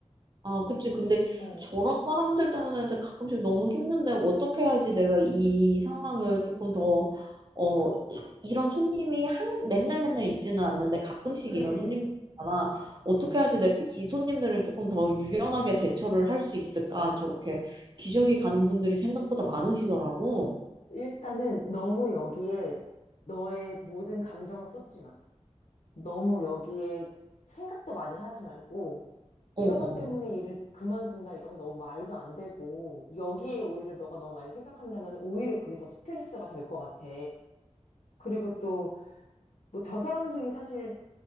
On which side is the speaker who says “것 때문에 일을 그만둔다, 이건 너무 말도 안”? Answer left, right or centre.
Left